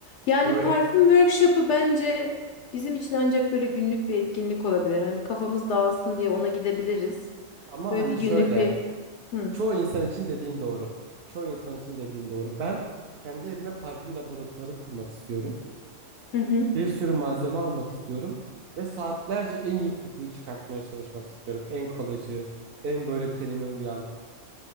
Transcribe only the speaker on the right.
Böyle
ama
hani
şöyle
çoğu insan için dediğin doğru. Çoğu insan için dediğin doğru. Ben kendi evime parfüm laboratuvarı kurmak istiyorum.
Bir sürü malzeme almak istiyorum ve saatlerce en iyi kokuyu çıkartmaya çalışmak istiyorum. En kalıcı, en böyle tenime uyan.